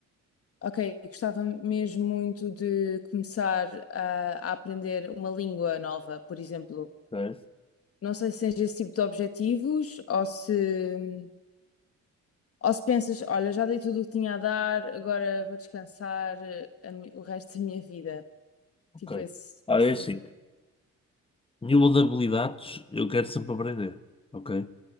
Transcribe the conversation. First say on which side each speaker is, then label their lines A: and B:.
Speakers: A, on the left (about 50°); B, on the left (about 20°).
A: ok, gostava mesmo muito de começar a, a aprender uma língua nova, por exemplo.
B: Ok.
A: Não sei se tens esse tipo de objetivos ou se, ou se pensas, olha, já dei tudo o que tinha a dar, agora vou descansar eh, a mi- o resto da minha vida.
B: Ok.
A: Tipo esse,
B: Ah,
A: esse
B: é assim.
A: tipo.
B: Nível de habilidades, eu quero sempre aprender. Ok.